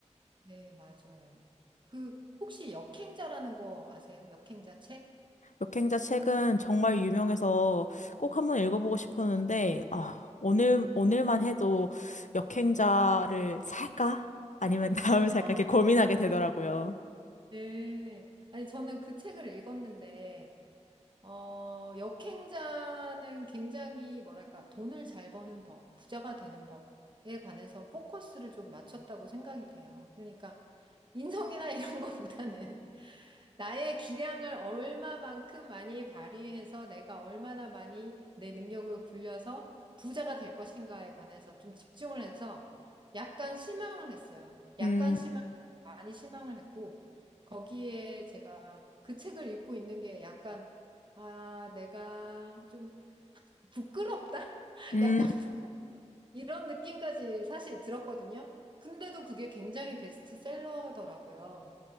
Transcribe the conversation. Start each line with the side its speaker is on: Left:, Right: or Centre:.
Right: 네, 맞아요. 그 혹시 역행자라는 거 아세요? 역행자 책?
Left: 역행자 책은 정말 유명해서 꼭 한 번 읽어보고 싶었는데, 아, 오늘,
Right: 네.
Left: 오늘만 해도 역행자를 살까? 아니면 <laughs> 다음을
Right: 아하.
Left: 살까? 이렇게 고민하게 되더라고요.
Right: 네. 아니 저는 그 책을 읽었는데 어, 역행자는 굉장히 뭐랄까, 돈을 잘 버는 법, 부자가 되는 법에 관해서 포커스를 좀 맞췄다고 생각이 돼요. 그러니까 인성이나 <laughs> 이런 것보다는 나의 기량을 얼마만큼 많이 발휘해서 내가 얼마나 많이 내 능력을 굴려서 부자가 될 것인가에 관해서 좀 집중을 해서 약간 실망을 했어요. 약간
Left: 음,
Right: 실망이 아니고 많이 실망을 했고 거기에 제가 그 책을 읽고 있는 게 약간 아, 내가 좀 부끄럽다? <laughs>
Left: 음,
Right: 약간 부끄 이런 느낌까지 사실 들었거든요. 근데도 그게 굉장히 베스트셀러더라고요.